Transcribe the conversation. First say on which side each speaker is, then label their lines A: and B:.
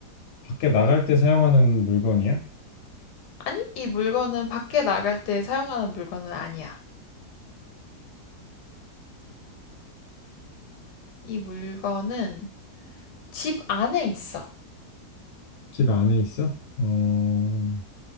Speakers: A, on the left; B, on the left.
A: 밖에 나갈 때 사용하는 물건이야?
B: 아니, 이 물건은 밖에 나갈 때 사용하는 물건은 아니야. 이 물건은 집 안에 있어.
A: 집 안에 있어? 어,